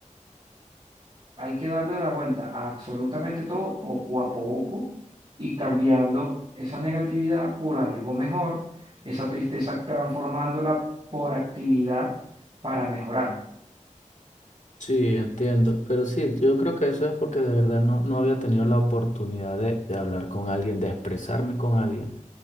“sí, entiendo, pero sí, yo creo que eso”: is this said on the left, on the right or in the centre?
Left